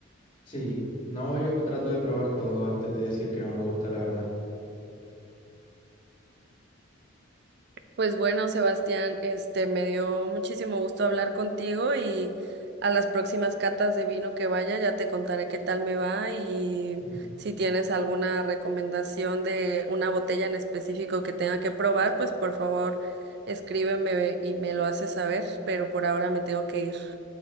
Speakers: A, on the left; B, on the right.
A: Sí, no, yo trato de probar todo antes de decir que no me gusta, la verdad.
B: Pues bueno, Sebastián, este me dio muchísimo gusto hablar contigo y a las próximas catas de vino que vaya ya te contaré qué tal me va y
A: Ujú.
B: si tienes alguna recomendación de una botella en específico que tenga que probar, pues por favor escríbeme y me lo haces saber, pero por ahora me tengo que ir.